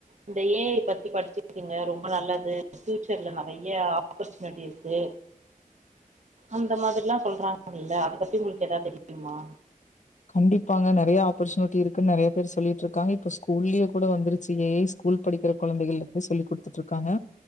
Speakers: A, on the right; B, on the left.
A: இந்த ஏ ஐ பத்தி படிச்சுக்குங்க ரொம்ப நல்லது ஃபியூச்சர்ல நறையா ஆப்பர்ச்சுனிட்டி இருக்கு அந்த மாதிரில்லா சொல்றாங்கல்ல அத பத்தி உங்களுக்கு எதாது தெரியுமா
B: கண்டிப்பாங்க நறையா ஆப்பர்ச்சுனிட்டி இருக்குன்னு நறையா பேர் சொல்லிட்டு இருக்காங்க இப்ப ஸ்கூல்லியு கூட வந்துருச்சு ஏ ஐ கூல் படிக்கிற கொழந்தெகளுக்கு சொல்லி குடுத்துட்ருக்காங்க